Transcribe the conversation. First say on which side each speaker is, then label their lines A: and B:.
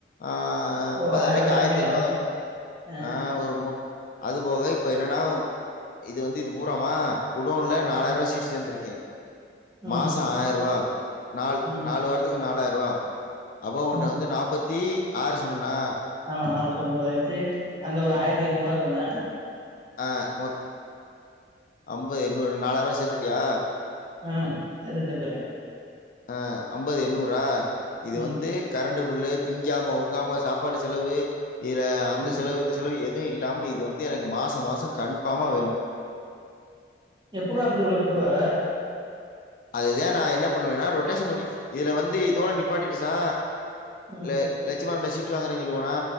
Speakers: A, on the left; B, on the right.
A: ஆ அ
B: ஓ
A: அம்பதாயர்வாய்க்கி
B: ஆயிரூவா கம்மியா
A: ஆயிரத்தி
B: வரு
A: ஐநூர்வாதா
B: வரு ஆ
A: அ ஒரு மொ அது போக இப்ப என்னனா இது வந்து இது பூராமா குடோன்ல நாலாயிர்வா
B: ம்
A: சீட்டு சேந்துருக்கே மாசோ
B: ம்
A: ஆயிர்வா நால்
B: ம்
A: நாலு வாரத்துக்கு நாலாயிர்வா அப்ப ஓன்ட்ட
B: ம்
A: வந்து நாப்பத்தி ஆறு சொன்னனா
B: ஆமா நாப்பத்தொம்பதாயிர்ச்சி அந்த ஒரு ஆயிரத்திஐநூறுவா சொன்னே
A: ஆ மொத் அம்பது இன்னொரு நாலாயிர்வா சேத்துட்டியா
B: அ சேத்துட்தா இக்கறே
A: அ அம்பது எண்ணூரா இது
B: ம்
A: வந்து கரண்டு புல்லு திங்காம உங்காம சாப்பாடு செலவு இதுல அந்த
B: ம்
A: செலவு இந்த செலவு எத் து இல்லாம இது வந்து எனக்கு மாசோ மாசொ கான்ஃபார்மா வேண்
B: எப்புறா அப்டி இவ்ளோ கட்டுவே
A: அதுதே நா என்னாப் பண்ணுவேனா ரொட்டேஷன் பண்ணி இதுல வந்து இதோட நிப்பாட்டிடு சா
B: ம்
A: லே லட்சுமனன்ட்ட சீட்டு வாங்கறே சொல்லுவனா